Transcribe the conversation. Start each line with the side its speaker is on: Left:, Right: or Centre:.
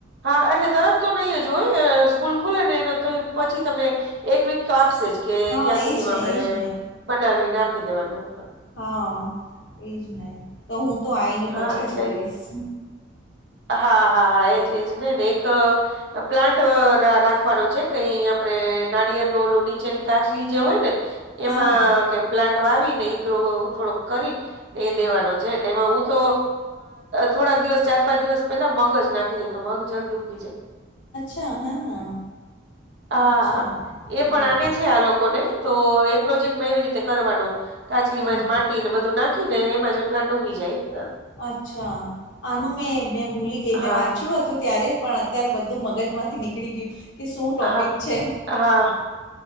Right: હા એટલે તરત તો નહીં જ હોય સ્કૂલ ખુલે ને એને તો પછી તમને એક વીક તો આપશે જ કે
Left: હા
Right: ત્યાં સુધીમાં
Left: એ જ ને
Right: આપણેે
Left: એ જ ને
Right: બનાવીને આપી દેવાનું
Left: હા એજ ને તો હું તો આઈને પછી
Right: હા એટલે
Left: જ કરીશ.
Right: હા હા હા એજ એજ ને ને એક પ્લાન્ટ રાખવાનો છે કઈ આપણે નાળિયેર નુ ઓલું નીચેની કાછલી જે હોય ને
Left: હા
Right: એમાં
Left: હા
Right: કે પ્લાન્ટ વાવી ને ઈ ગ્રો થોડોક કરી ને એ દેવાનો છે એટલે એમાં હું તો થોડા દિવસ ચાર પાંચ દિવસ પેલા મગ જ નાખી દે તો મગ જલ્દી ઉગી જાય
Left: હા હા.
Right: હા
Left: અચ્છા
Right: હા એ પણ
Left: બરાબર
Right: આને છે આ લોકોને તો એ પ્રોજેક્ટ મા એવી રીતે કરવાનો. કાછલીમાં
Left: હા હા
Right: જ માટી ને બધું નાખી ને એમાં જ પ્લાન્ટ ઉગી જાય.
Left: અચ્છા આનું મેં મેં ભૂલી ગઈ
Right: હા
Left: મેં વાંચ્યું
Right: હા
Left: હતું ત્યારે પણ અત્યારે બધું મગજમાંથી નીકળી ગયું કે શું ટોપિક
Right: હા
Left: છે.
Right: હા